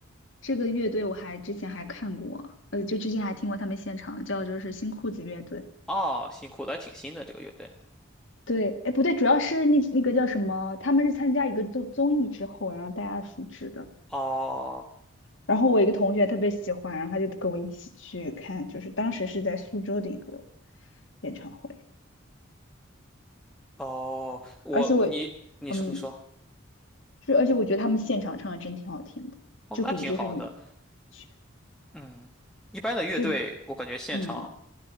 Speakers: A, on the left; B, in the centre.
A: 这个乐队，我还之前还看过，呃，就之前还听过他们现场，叫就是新裤子乐队。
B: 哦，辛苦了，还挺新的这个乐队。
A: 对，哎，不对，主要是那那个叫什么，他们是参加一个综综艺之后，然后大家熟知的。
B: 哦
A: 然后我一个同学特别喜欢，然后他就跟我一起去看，就是当时是在苏州的一个演唱会，
B: 哦，我你你说你说，
A: 而且我，嗯，就是而且我觉得他们现场唱的真挺好听的，
B: 哦，
A: 就比就是你
B: 那挺好的。
A: 去
B: 嗯，一般的乐队，
A: 就
B: 我感觉现场
A: 嗯，